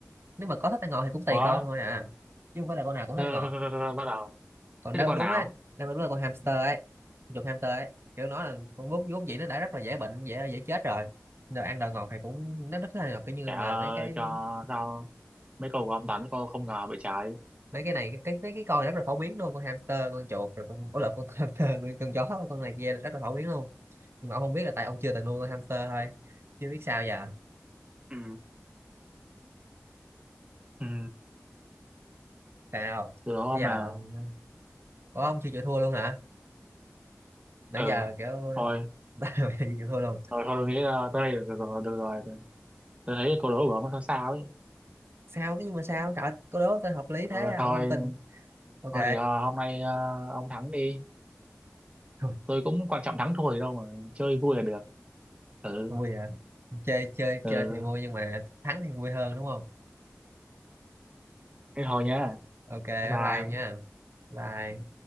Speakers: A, on the right; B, on the right.
A: nếu mà có thích ăn ngọt thì cũng tùy
B: ủa
A: con thôi à chứ không phải là con nào cũng
B: rồi,
A: thích ăn ngọt
B: rồi, rồi, rồi, rồi, bắt đầu
A: còn
B: thế
A: nếu
B: thì con
A: đúng
B: nào
A: á nếu mà đúng là con hamster ấy con chuột hamster ấy kiểu nó là con vốn vốn dĩ nó đã rất là dễ bệnh dễ dễ chết rồi rồi ăn đồ ngọt thì cũng nó rất là ngọt cái như
B: chả
A: mà mấy cái
B: cho sao mấy câu của ông toàn mấy câu không ngờ vậy trái
A: mấy cái này cái mấy cái con này rất là phổ biến luôn con hamster con chuột rồi con có lợn con <laughs> hamster con, con chó con này kia rất là phổ biến luôn nhưng mà ông không biết là tại ông chưa từng nuôi con hamster thôi chưa biết sao giờ
B: ừ ừ
A: sao
B: từ đó
A: bây
B: ông
A: giờ
B: nào
A: ông... Ủa, ông chưa chịu thua luôn hả nãy
B: ừ
A: giờ kiểu
B: thôi
A: <laughs> bây giờ chưa chịu thua luôn
B: Thôi thôi tôi nghĩ là tới đây được rồi, được rồi. Tôi thấy câu đố của ông nó sao sao ấy.
A: sao thế nhưng mà sao trời ơi, cô đố tên hợp lý
B: Ờ,
A: thế
B: thôi,
A: ông không tin ok
B: thôi thì ờ, hôm nay ờ, ông thắng đi.
A: Thôi,
B: Tôi cũng quan trọng thắng thua gì đâu mà chơi vui là được. Ừ,
A: vui hả chơi chơi
B: ừ.
A: chơi thì vui nhưng mà thắng thì vui hơn đúng không
B: Thế thôi nhá.
A: ok bye
B: Bye bye.
A: bye ông nha bye